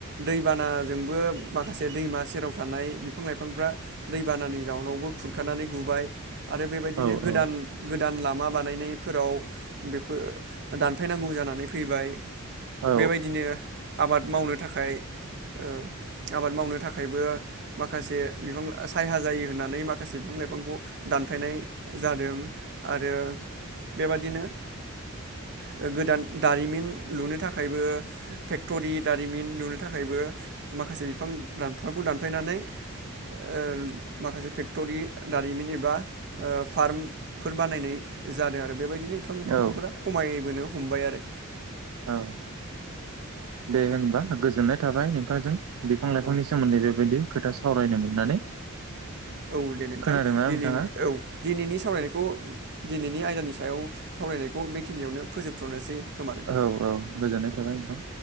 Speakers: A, on the right; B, on the right.
A: दैबानाजोंबो माखासे दैमा सेराव थानाय बिफां लाइफांफ्रा दैबानानि जाउनावबो खुरखानानै गुबाय। आरो बेबायदिनो
B: औ
A: गोदान
B: औ
A: गोद गोदान लामा बानायनायफोराव बेफोर दानफायनांगौ जानानै फैबाय।
B: औ
A: बेबायदिनो आबाद मावनो थाखाय। ओ आबाद मावनो थाखाय। थाखायबो माखासे बिफां सायहा जायो होननानै माखासे बिफां लाइफांखौ दानफायनाय जादों आरो। बेबादिनो ओ गोदान दारिमिन लुनो थाखायबो फेक्टरि दारिमिन लुनो थाखायबो माखासे बिफां लाइफांखौ दानफायनानै। ओ माखासे फेक्टरि दारिमिन एबा ओ फार्मफोर बानायनाय जादों आरो बेबायदिनो बिफां लाइफांफोरा
B: औ
A: खमायबोनो हमबाय आरो।
B: ओ दे होनबा गोजोननाय थाबाय नोंथांजों। बिफां लाफांनि
A: औ
B: सोमोन्दै बेबायदि खोथा सा सावरायनो मोननानै।
A: औ औ दे नोंथां
B: खोनादोंना
A: दिनै
B: नोंथाङा
A: औ दिनैनि सावरायनायखौ दिनैनि आयदानि सायाव। सावरायनायखौ बेखिनियावनो फोजोबथ'नोसै खोमा नोंथां।
B: औ औ गोजोननाय थाबाय नोंथां।